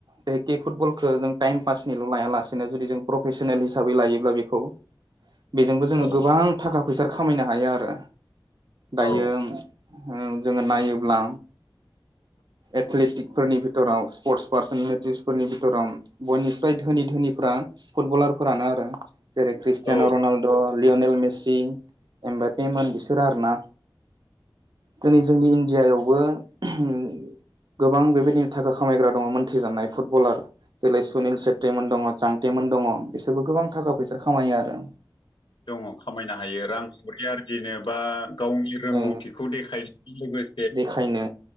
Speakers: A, on the right; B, on the left.
A: बेहेके फुटबलखौ जों टाइम पासनिल' लाया लासेनो जुदि जों प्रफेसनेल हिसाबै लायोब्ला बेखौ बेजोंबो जोङो
B: औ
A: गोबां थाखा फैसा खामायनो हायो आरो
B: औ
A: दायो ओं जोङो नायोब्ला एथलेटिकफोरनि थराव स्पर्टस पार्सनेलिटिसफोरनि बिथोराव बयनिफ्राय धोनि धोनिफ्रा फुटबलार फोरानो ओ जेरै ख्रिस्टियानाव
B: औ
A: रनाल्द' लियनेल मेसि एमबाखैमोन बिसोरो आरोना। दिनै जोंनि इण्डियायावबो ओम गोबां बेबायदिनो थाखा खामायग्रा दङ मोन्थिजानायनाय फुटबलार जेरै सुनिल सेत्रीमोन दङ जांटेमोन दङ बिसोरबो गोबां थाखा फैसा खामायो आरो।
B: दङ खामायनो हायो रांखावरि आरजिनो बा गावनि रोंगौथिखौ
A: ओ
B: देखाय <inaudible> बो
A: देखायनो